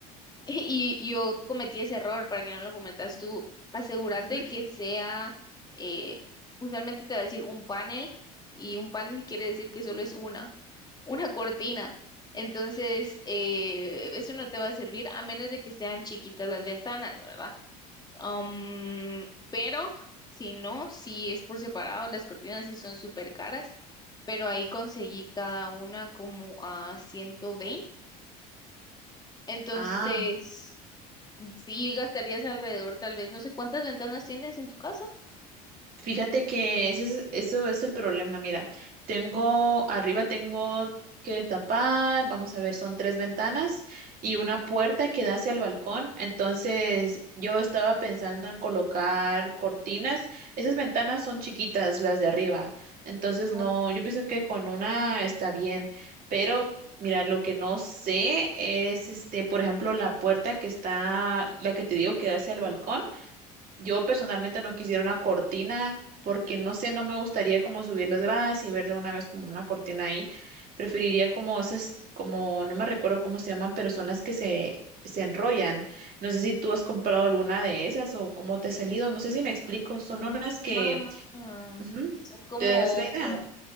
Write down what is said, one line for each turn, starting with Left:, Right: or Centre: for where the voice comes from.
Left: Y yo cometí ese error, para que no lo cometas tú, asegúrate
Right: Ujú.
Left: que sea, eh, usualmente te va a decir un panel, y un panel quiere decir que solo es una una cortina. Entonces, eh, eso no te va a servir a menos de que sean chiquitas las ventanas, ¿verdad? Am, pero si no, si es por separado, las cortinas sí son súper caras, pero ahí conseguí cada una como a ciento veinte Entonces,
Right: Ah,
Left: sí gastarías alrededor, tal vez, no sé cuántas ventanas tienes en tu casa.
Right: Fíjate que ese es, eso es el problema. Mira, tengo arriba tengo que tapar, vamos a ver, son tres ventanas y una puerta que da hacia el balcón. Entonces, yo estaba pensando en colocar cortinas. Esas ventanas son chiquitas, las de arriba. Entonces,
Left: Ah,
Right: no, yo pienso que con una está bien, pero Mira, lo que no sé es, este, por ejemplo, la puerta que está, la que te digo que da hacia el balcón. Yo personalmente no quisiera una cortina porque no sé, no me gustaría como subir las gradas y ver de una vez como una cortina ahí. Preferiría como esas, como no me recuerdo cómo se llaman, pero son las que se, se enrollan. No sé si tú has comprado alguna de esas o cómo te ha salido. No sé si me explico. Son unas que...
Left: bueno. Ah,
Right: ujú,
Left: son como,
Right: ¿Te das la idea?